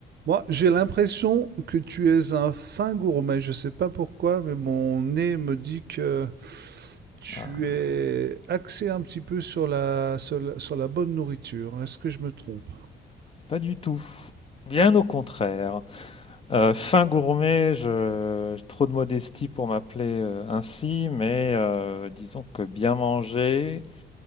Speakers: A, on the right; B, on the left.
A: Moi, j'ai l'impression que tu es un fin gourmet. Je sais pas pourquoi, mais mon nez me dit que tu
B: Ah,
A: es axé un petit peu sur la, sur la, sur la bonne nourriture. Est-ce que je me trompe?
B: pas du tout. Bien au contraire. Euh, fin gourmet, je... j'ai trop de modestie pour m'appeler euh, ainsi, mais euh, disons que bien manger,